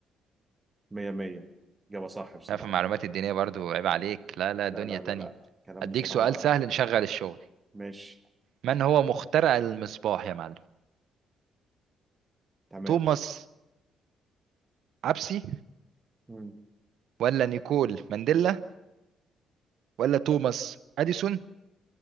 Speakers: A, on the right (about 20°); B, on the right (about 75°).
A: 100 100 إجابة صح بصراحة
B: لا في المعلومات الدينية برضو عيب عليك لا لا
A: لا
B: دنيا
A: لا
B: تانية
A: لا لا كلام
B: أديك
A: بصراحة
B: سؤال سهل نشغل الشغل
A: ماشي
B: من هو مخترع المصباح يا معلم
A: تمام
B: توماس عبسي
A: مم.
B: ولا نيكول مانديلا ولا توماس أديسون